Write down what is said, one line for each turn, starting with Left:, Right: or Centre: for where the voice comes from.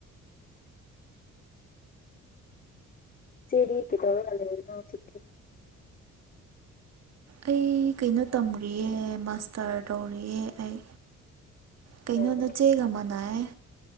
Left: ꯆꯦꯗꯤ ꯀꯩꯗꯧꯔꯒꯦ ꯂꯩꯔꯤꯅꯣ ꯍꯧꯖꯤꯛꯇꯤ
Right: ꯑꯩ ꯀꯩꯅꯣ ꯇꯝꯔꯤꯌꯦ ꯃꯥꯁꯇꯔ ꯇꯧꯔꯤꯌꯦ ꯑꯩ ꯀꯩꯅꯣ
Left: ꯑꯣ
Right: ꯅ ꯆꯦꯒ ꯑꯃꯅꯩꯌꯦ